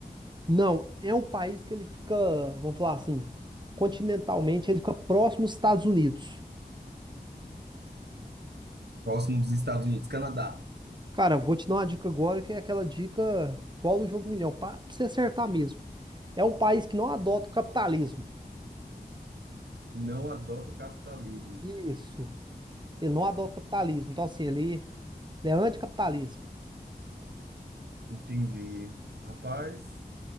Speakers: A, on the right (about 25°); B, on the right (about 85°).
A: Não, é um país que ele fica, vamos falar assim, continentalmente, ele fica próximo aos Estados Unidos.
B: próximo dos Estados Unidos. Canadá.
A: Cara, vou te dar uma dica agora que é aquela dica igual do Jogo Milhão, pra pra você acertar mesmo. É um país que não adota o capitalismo.
B: Não adota o capitalismo.
A: Isso. Ele não adota o capitalismo. Então, assim, ele, ele é anticapitalismo.
B: Entendi. Rapaz.